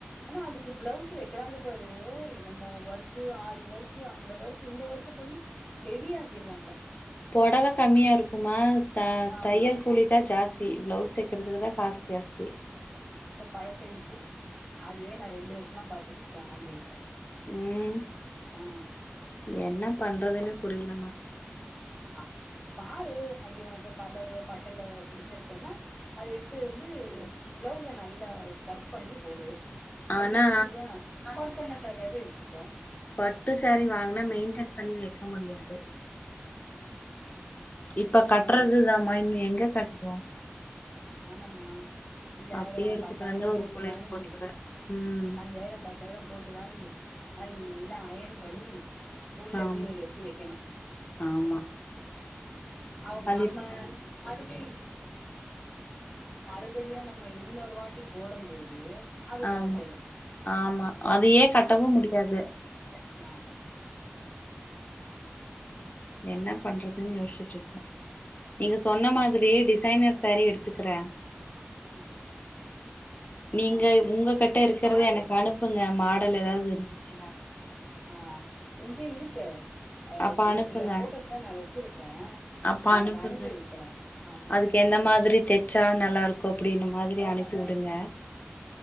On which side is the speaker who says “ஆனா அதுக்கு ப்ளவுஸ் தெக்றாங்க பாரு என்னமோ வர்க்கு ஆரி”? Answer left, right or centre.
Left